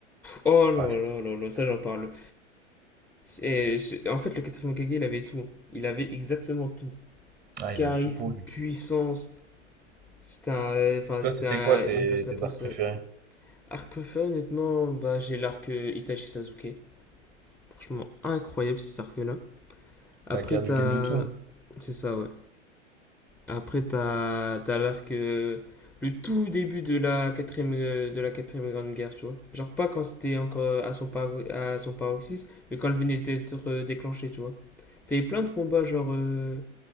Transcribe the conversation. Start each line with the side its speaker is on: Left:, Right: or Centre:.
Centre: Oh là
Right: ah, c'est-
Centre: là là là, ça j'en parle. Et c'est- en fait le quatrième Hokage il avait tout. Il avait exactement tout.
Right: ah,
Centre: Charisme,
Right: il avait tout pour lui.
Centre: puissance. C'était un, enfin
Right: Toi,
Centre: c'était
Right: c'était
Centre: un-
Right: quoi tes,
Centre: une personne
Right: tes
Centre: après.
Right: arcs
Centre: ce-
Right: préférés?
Centre: Arc préféré honnêtement, bah j'ai l'arc euh, Itachi Sasuke. Franchement incroyable cet arc là. Après
Right: La guerre
Centre: t'as,
Right: du Genjutsu.
Centre: c'est ça ouais. Après, t'as t'as l'arc, euh, le tout début de la quatrième, euh, de la quatrième grande guerre, tu vois. Genre pas quand c'était encore euh, à son, paro- à son paroxysme, mais quand elle venait d'être euh, déclenchée, tu vois. T'avais plein de combats, genre... euh,